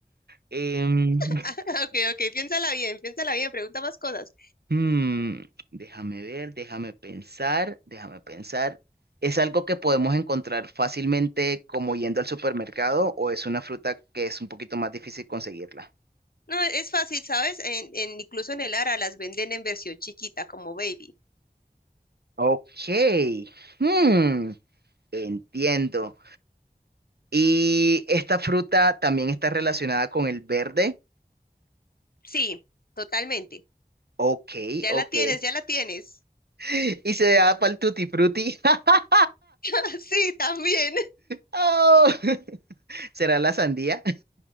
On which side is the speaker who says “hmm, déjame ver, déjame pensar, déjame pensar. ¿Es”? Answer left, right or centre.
Right